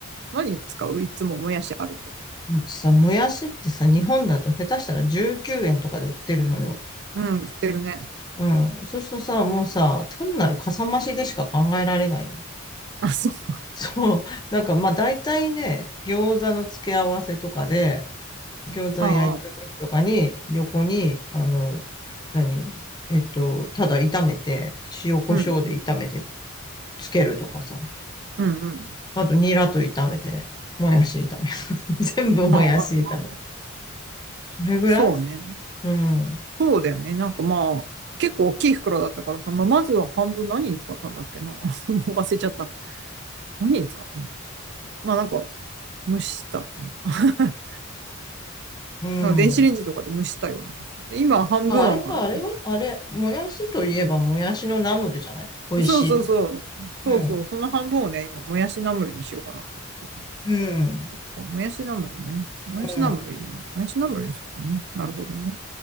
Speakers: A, on the right (about 50°); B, on the left (about 20°).
A: 何に使ういつももやしあると。
B: うん。うちさ、もやしってさ、日本だと下手したら19円とかで売ってるのよ。
A: うん、言ってるね。
B: うん。そうするとさ、もうさ、単なるかさ増しでしか考えられないよね。
A: あ、そう。
B: <laughs> そう。なんかまあ大体ね、餃子の付け合わせとかで、餃子焼いた時とかに、
A: ああ、
B: 横に、あの、何えっと、ただ炒めて、塩コショウで炒めて
A: うんうん。
B: つけるとかさ。
A: うんうん。
B: あと、ニラと炒めて、もやし炒める。<laughs> 全部もやし炒める。
A: ああ、ああああ
B: それぐらい
A: そうね。
B: うん。
A: そうだよね。なんかまあ、結構大きい袋だったからさ、まあ、まずは半分何に使ったんだっけな。<laughs> もう忘れちゃった。何に使ったんだっけ。まあなんか、蒸したかな。<laughs>
B: うん。
A: なんか電子レンジとかで蒸したような気がする。で今半分はまあ
B: あ、あれか、あれはあれ、もやしといえばもやしのナムルじゃない美味しいの。
A: そうそうそう。そうそう。
B: うん。
A: その半分をね、今、もやしナムルにしようかなと思ってて。
B: うん。
A: もやしナムルね。もやしナムルいいね。
B: うん。い
A: もやしナムルにしようかね。なるほどね。い